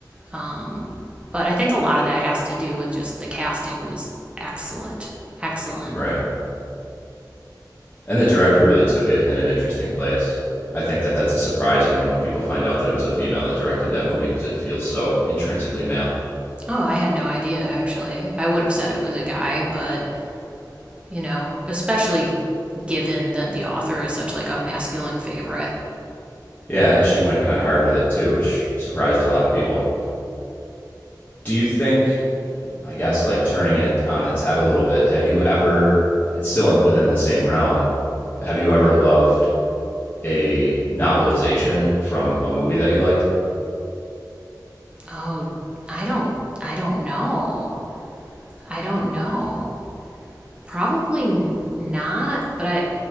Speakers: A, on the right; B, on the left.
A: Um, but I think a lot of that has to do with just the casting was excellent. Excellent.
B: right? And the director really took it in an interesting place. I think that that's a surprising one when people find out that it was a female that directed that movie because it feels so intrinsically male.
A: Oh, I had no idea actually. I would have said it was a guy, but you know, especially given that the author is such like a masculine favorite.
B: Yeah, and she went kind of hard with it too, which surprised a lot of people. Do you think, I guess, like turning it on its head a little bit, have you ever, it's still within the same realm, have you ever loved a novelization from a movie that you liked?
A: Oh, I don't I don't know. I don't know. Probably n- not, but I